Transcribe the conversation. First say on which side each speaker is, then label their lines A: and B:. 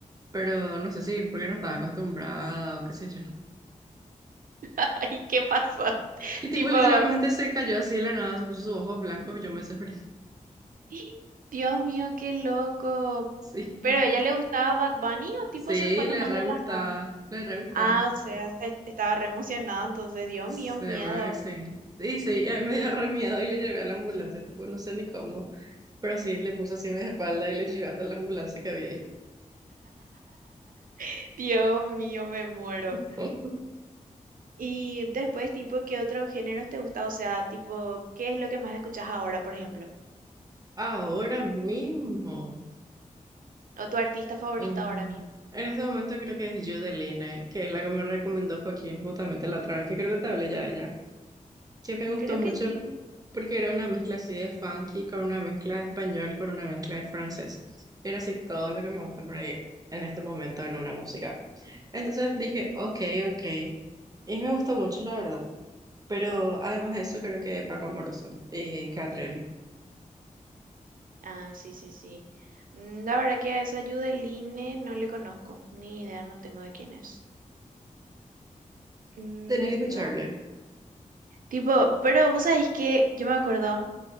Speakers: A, on the right; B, on the right.
A: Pero no sé si porque no estaba acostumbrada o qué sé yo.
B: <laughs> ay, ¿qué pasó? <laughs>
A: Y tipo,
B: Tipo,
A: literalmente se cayó así de la nada, se puso sus ojos blancos y yo me desesperé. <laughs>
B: "Ih, Dios mío, qué loco.
A: Sí,
B: ¿Pero a ella le gustaba Bad Bunny o tipo
A: sí,
B: se fue
A: le
B: nomás
A: re
B: de la
A: gustaba,
B: nada?
A: le re gustaba.
B: Ah, o sea, se estaba re emocionado, entonces, Dios
A: Seguro
B: mío, miedo.
A: que sí. Y sí, y a mí me dio re miedo y le llevé a la ambulancia, tipo, no sé ni cómo, pero sí, le puse así en mi espalda y le llevé hasta la ambulancia que había ahí.
B: <laughs> Dios mío, me muero.
A: <laughs>
B: Y después, tipo, ¿qué otros géneros te gusta? O sea, tipo, ¿qué es lo que más escuchas ahora, por ejemplo?
A: Ahora mismo.
B: ¿O tu artista favorita
A: mm,
B: ahora mismo?
A: en este momento creo que es Judeline, que es la que me recomendó Joaquín justamente la otra vez, que creo que te hablé ya de ella, que me gustó
B: Creo
A: mucho
B: que sí.
A: porque era una mezcla así de funky con una mezcla de español, con una mezcla de francés. Era así todo lo que me gusta por ahí en este momento en una música. Entonces dije, ok, ok. Y me gustó mucho, la verdad. Pero además de eso, creo que Paco Amoroso y Catrell.
B: Ah, sí, sí, sí. Mm, La verdad que a esa Yudeline no le conozco, ni idea, no tengo de quién es. Mm,
A: Tenés que escucharle.
B: no. Tipo, pero vos sabés que yo me acuerdo